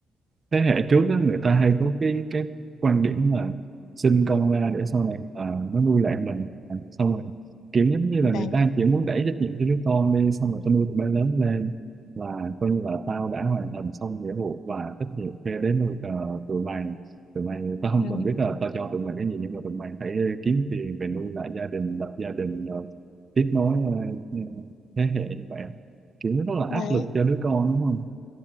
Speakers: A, on the right; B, on the left.
A: thế hệ trước đó, người ta hay có cái cái quan điểm là sinh con ra để sau này à, nó nuôi lại mình à, xong rồi kiểu giống như
B: đấy
A: là người ta chỉ muốn đẩy trách nhiệm cho đứa con đi xong rồi tao nuôi tụi bay lớn lên là coi như là tao đã hoàn thành xong nghĩa vụ và trách nhiệm kia đến nuôi ờ, tụi mày tụi mày tao không
B: ừ.
A: cần biết là tao cho tụi mày cái gì nhưng mà tụi mày phải kiếm tiền về nuôi lại gia đình lập gia đình rồi tiếp nối ờ, ờ, thế hệ như vậy kiểu nó rất là
B: đấy
A: áp lực cho đứa con đúng không